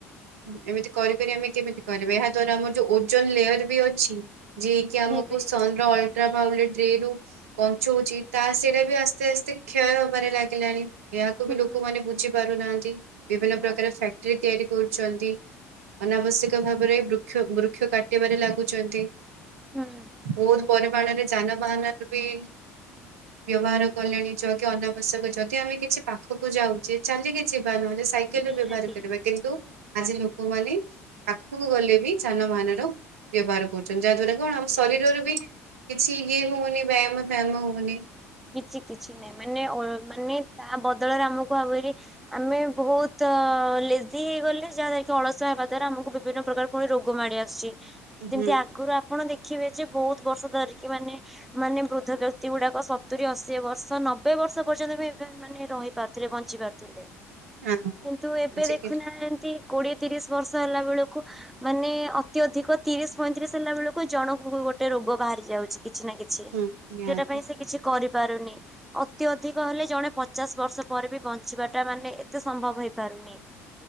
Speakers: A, on the right; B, in the centre.
A: ହୁଁ ଏମିତି କରି କରି ଆମେ କେମିତି କରିବା? ଏହା ଦ୍ୱାରା ଆମର ଯୋଉ ଓଜନ୍ ଲେୟର୍ ବି ଅଛି। ଯିଏକି
B: ସିଏ
A: ଆମକୁ
B: ବି
A: ସନ ର ଅଲଟ୍ରାଭାଉଲେଟ ରେ ରୁ ବଞ୍ଚଉଛି ତା ସେଇଟା ବି ଆସ୍ତେ ଆସ୍ତେ କ୍ଷୟ ହବାରେ ଲାଗିଲାଣି। ଏହାକୁ
B: ହୁଁ
A: ବି ଲୋକମାନେ ବୁଝି ପାରୁନାହାନ୍ତି। ବିଭିନ୍ୟ
B: ନା
A: ପ୍ରକାର ଫାକ୍ଟ୍ରି ତିଆରି କରୁଛନ୍ତି। ଅନାବଶ୍ୟକ ଭାବରେ ବୃକ୍ଷ ବୃକ୍ଷ କାଟିବାରେ ଲାଗୁଛନ୍ତି।
B: ହୁଁ
A: ବହୁତ୍ ପରିମାଣରେ ଯାନବାହାନ ରେ ବି ବ୍ୟବହାର କଲେଣି ଯ କି ଅନାବଶ୍ୟକ ଯଦି ଆମେ କିଛି ପାଖକୁ ଯାଉଛେ ଚାଲିକି ଯିବା। ନହେଲେ ସାଇକେଲ
B: ନିହାତି
A: ବ୍ୟବହାର କରିବା। କିନ୍ତୁ ଆଜି ଲୋକମାନେ ପାଖକୁ ଗଲେବି ଯାନବାହାନର। ବ୍ୟବହାର କରୁଛନ୍ତି ଯାହା ଦ୍ଵାରା କଣ ଆମ
B: ସେଇଆ
A: ଶରୀରରୁ ବି କିଛି ୟେ ହଉନି ବାୟାମ ଫାୟାମ ହୋଉନି।
B: କିଛି କିଛି ନାହିଁ ମାନେ ଅ ମାନେ ତା ବଦଳରେ ଆମକୁ ଅବେରି ଆମେ ବହୁତ ଲେଜି ହେଇଗଲେ। ଯାହାଦ୍ୱାରାକି ଅଳସୁଆ ହେବା ଦ୍ୱାରା ଆମକୁ ବିଭିନ୍ନ ପ୍ରକାର ପୁଣି ରୋଗ ମାଡ଼ି ଆସୁଛି। ଯେମିତି
A: ହୁଁ
B: ଆଗରୁ ଆପଣ ଦେଖିବେ ଯେ ବହୁତ ବର୍ଷ ଧରିକି ମାନେ ମାନେ ବୃଦ୍ଧ ବ୍ୟକ୍ତି ଗୁଡ଼ାକ ସ ସତୁରୀ, ଅଶିଏ ବର୍ଷ, ନବେ ବର୍ଷ ପର୍ଯ୍ୟନ୍ତ ବି ଏବେ ମାନେ ରହିପାରୁଥିଲେ ବଞ୍ଚିପାରୁଥିଲେ।
A: ଆ
B: କିନ୍ତୁ ଏବେ
A: ଆଜିକା
B: ଦେଖୁନାହାନ୍ତି କୋଡ଼ିଏ, ତିରିଶ୍ ବର୍ଷ ହେଲାବେଳକୁ ମାନେ ଅତ୍ୟଧିକ ତିରିଶ୍, ପଇଁତିରିଶ୍ ହେଲା ବେଳକୁ ଜଣଙ୍କୁ ବି ଗୋଟେ ରୋଗ ବାହାରି ଯାଉଚି। କିଛି ନା କିଛି
A: ହୁଁ ନିହାତି
B: ଯଉଟା ପାଇଁ ସେ କିଛି କରିପାରୁନି। ଅତି ଅଧିକ ହେଲେ ଜଣେ ପଚାଶ ବର୍ଷ ପରେ ବି ବଞ୍ଚିବାଟା ମାନେ ଏତେ ସମ୍ଭବ ହେଇପାରୁନି।